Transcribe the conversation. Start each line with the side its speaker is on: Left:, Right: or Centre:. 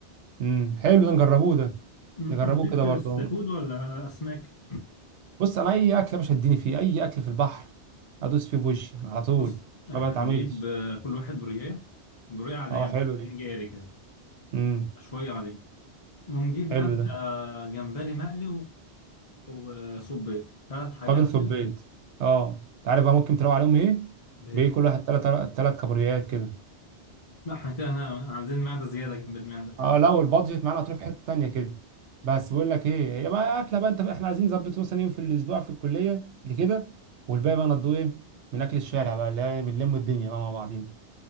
Right: امم حلو ده نجربوه ده
Left: م-
Right: نجربوه
Left: انت ليك
Right: كده
Left: في
Right: برضه
Left: السي فود ولا اسماك
Right: بص انا اي اكل يا باشا اديني فيه اي اكل في البحر ادوس فيه بوشي على طول
Left: بص احنا
Right: ما بتعاملش
Left: هنجيب آه، كل واحد بريايه بريايه عاديه
Right: اه
Left: مش
Right: حلو دي
Left: 200 جاري كده
Right: امم
Left: شويه عاديه ونجيب
Right: حلو
Left: بقى
Right: ده
Left: آه، جمبري مقلي و- وصبيط ثلاث حاجات
Right: طاجن سبيت
Left: كده
Right: اه انت عارف بقى ممكن تروق عليهم ايه
Left: ب-
Right: بايه كل واحد تلات تلات كابوريات كده
Left: لا احنا كده عايزين معده زياده جنب المعده
Right: اه لو البادجت معانا هتروح في حته تانيه كده بس بقول لك ايه يا بقى اكله بقى انت احنا عايزين نظبط مثلا يوم في الاسبوع في الكليه لكده والباقي بقى نضوه ايه من اكل الشارع بقى اللي هي بنلم الدنيا بقى مع بعضينا